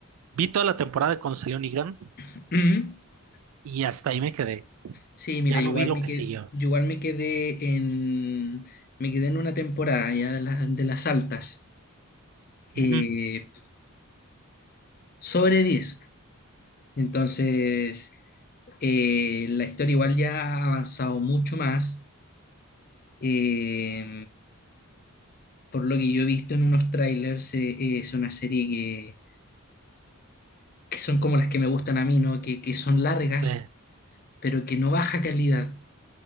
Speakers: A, on the right; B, on the left.
A: vi toda la temporada cuando salió Negan
B: <clears throat>
A: y hasta ahí me quedé.
B: Sí, mira,
A: Ya
B: igual
A: no vi lo
B: me
A: que
B: quedé,
A: siguió.
B: igual me quedé en, me quedé en una temporada ya de las, de las altas. eh,
A: Ujú.
B: sobre diez Entonces, eh, la historia igual ya ha avanzado mucho más. Eh, por lo que yo he visto en unos trailers, eh, es una serie que, que son como las que me gustan a mí, ¿no? Que, que son largas,
A: Sí,
B: pero que no baja calidad.